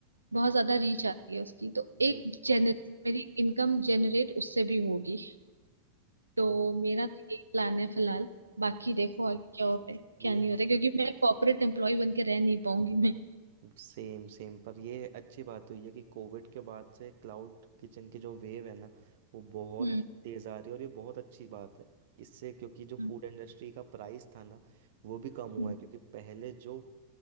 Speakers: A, on the right (about 80°); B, on the right (about 55°).
A: बहुत
B: हम्म,
A: ज्यादा रीच आती है उसकी तो
B: ये
A: एक जेनर
B: तो है
A: मेरी इनकम जनरेट उससे भी होगी तो
B: हम्म।
A: मेरा तो यही प्लान है फिलहाल बाकी
B: ये तो
A: देखो आगे
B: है
A: क्या होता है क्या
B: ये
A: नहीं होता
B: है
A: है, क्योंकि मैं कॉर्पोरेट एम्प्लॉय बन के रह नहीं पाऊंगी मैं
B: Same same पर ये अच्छी बात हुई है कि कोविड के बाद से क्लाउड किचन की जो वेव है ना वो बहुत
A: हम्म
B: ही तेज़ आ रही है और ये बहुत अच्छी बात है इससे क्योंकि जो
A: हम्म
B: फूड इंडस्ट्री का प्राइस था ना वो भी कम हुआ
A: हम्म
B: है क्योंकि पहले जो